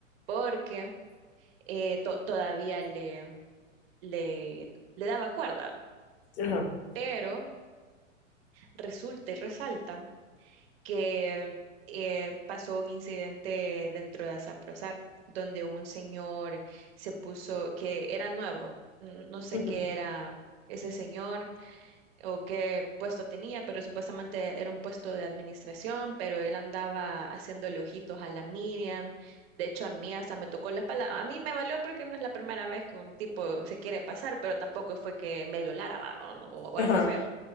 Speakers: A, on the right (about 50°); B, on the left (about 55°).
A: porque eh, to- todavía le, le, le daba cuerda.
B: ajá,
A: Pero resulta y resalta que eh, pasó un incidente dentro de Asaprozar, donde un señor se puso, que era nuevo, n- no sé
B: ujú,
A: qué era ese señor o qué puesto tenía, pero supuestamente era un puesto de administración, pero él andaba haciéndole ojitos a la Miriam. De hecho, a mí hasta me tocó la espalda. A mí me valió porque no es la primera vez que un tipo se quiere pasar, pero tampoco fue que me violara, va, O, no- o
B: ajá,
A: algo feo.